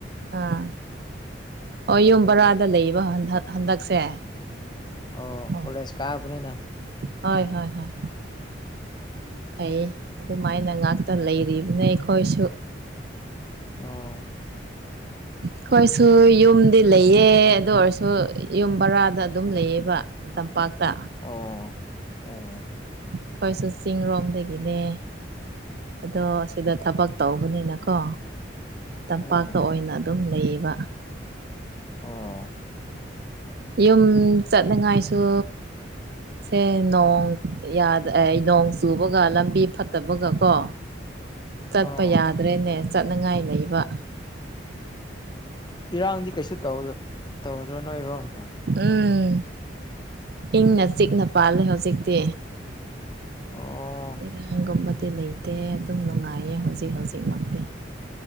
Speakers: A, on the right; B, on the left.
A: ꯑꯥ ꯑꯣ ꯌꯨꯝ
B: ꯑꯗꯨꯝꯒꯤ
A: ꯕꯔꯥꯗ ꯂꯩꯕ ꯍꯟꯗꯛꯁꯦ
B: ꯎꯝ ꯑꯣ
A: ꯍꯣꯏ
B: ꯀꯣꯂꯦꯖ ꯀꯥꯕꯅꯤꯅ
A: ꯍꯣꯏ ꯍꯣꯏ ꯍꯣꯏ ꯐꯩ ꯑꯗꯨꯃꯥꯏꯅ ꯉꯥꯛꯇ ꯂꯩꯔꯤꯕꯅꯤ ꯑꯩꯈꯣꯏꯁꯨ
B: ꯑ
A: ꯑꯩꯈꯣꯏꯁꯨ ꯌꯨꯝꯗꯤ ꯂꯩꯑ ꯑꯗꯨ ꯑꯣꯏꯔꯁꯨ ꯌꯨꯝ ꯕꯔꯥꯗ ꯑꯗꯨꯝ ꯂꯩꯌꯦꯕ ꯇꯝꯄꯥꯛꯇ
B: ꯑꯣ ꯑꯣ
A: ꯑꯩꯈꯣꯏꯁꯨ ꯆꯤꯡꯔꯣꯝꯗꯒꯤꯅꯦ ꯑꯗꯣ ꯁꯤꯗ ꯊꯕꯛ ꯇꯧꯕꯅꯤꯅꯀꯣ ꯇꯝꯄꯥꯛꯇ
B: ꯎꯝ
A: ꯑꯣꯏꯅ ꯑꯗꯨꯝ ꯂꯩꯌꯦꯕ
B: ꯑꯣ
A: ꯌꯨꯝ ꯆꯠꯅꯉꯥꯏꯁꯨ ꯁꯦ ꯅꯣꯡꯗ ꯅꯣꯡ ꯆꯨꯕꯒ ꯂꯝꯕꯤ ꯐꯠꯇꯕꯒ ꯀꯣ ꯆꯠꯄ
B: ꯑꯣ
A: ꯌꯥꯗ꯭ꯔꯦꯅꯦ ꯆꯠꯅꯉꯥꯏ ꯂꯩꯕ
B: ꯏꯔꯥꯡꯗꯤ ꯀꯩꯁꯨ ꯇꯧꯗꯣ ꯇꯧꯗ꯭ꯔꯣ ꯅꯣꯏꯔꯣꯝꯃ
A: ꯎꯝ ꯏꯪꯅ ꯆꯤꯛꯅ ꯄꯥꯜꯂꯦ ꯍꯧꯖꯤꯛꯇꯤ
B: ꯑꯣ
A: ꯏ ꯔꯥꯡꯒꯝꯕ ꯇꯤ ꯂꯩ ꯗꯦ ꯑꯗꯨꯝ ꯅꯨꯡꯉꯥꯏꯌꯦ ꯍꯧꯖꯤꯛ ꯍꯧꯖꯤꯛꯃꯛꯇꯤ